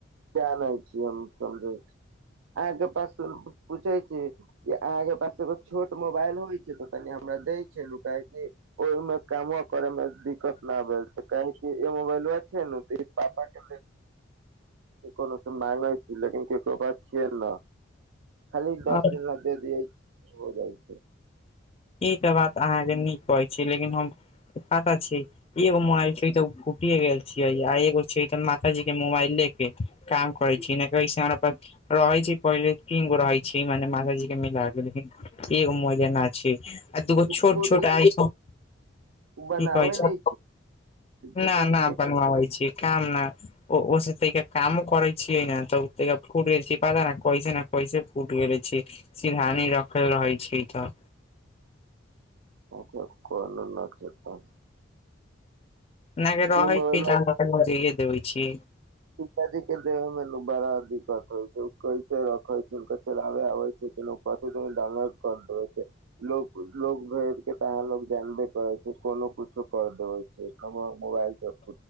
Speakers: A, on the right; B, on the left.
A: जानै छी हम समझै छी अहाँके पास पूछै छी। कि अहाँके पास एगो छोट मोबाइल होइ छै तऽ तनि हमरा दय छलु काहेकि ओहिमे कामवा करैमे दिक्कत न भेल तऽ का है कि इ मोबइलवा छै नु तऽ इ पापा के कोनोसो माँगै छी लेकिन केकरो पास छियै न। खाली
B: आ
A: दस दिन ला दे दियाइ छी हो जाइ छै।
B: ई तऽ बात अहाँजे नीक कहै छी लेकिन हम पाता छीयै एगो मोबाइल छै तऽ ओ फूटिये गेल छियै आ एगो छै तऽ माताजी के मोबाइले के काम करै छी ने कहै छै हमरा पास। रहै छै पहिले तीन गो रहै छै मने माताजी के मिला के लेकिन एगो मोबाइल ना छै। आ दुगो
A: उ
B: छोट-छोट
A: फूट गेल
B: <unintelligible>
A: बनाबै
B: की कहै छै।
A: नै पूछै
B: ना,
A: छी
B: ना बनबाबै छी काम ना ओ ओसे तैके कामो करै छियै न तऽ तैके फूट गेल छी, पता ना कैसे ना कैसे फूट गेलै छी। सीरहानी रखल रहै छी तऽ।
A: अच्छा कोनो ना छै तब
B: नै अगर रहै
A: ई मोबाइलवा
B: छी तऽ अहाँ के हम देये देबै छी।
A: पिता जी के देबै मे नु बड़ा दिक्कत होय छै, उ कैसे रखै छै, हुनका चलाबए आबै छै। उ कथी दन ने डाउनलोड कर देबै छै। लोक लोग भेद के तऽ अहाँ लोग जानबे करै छी कोनो कुछो कर देबे छै। हमु आब मुबाएल देब।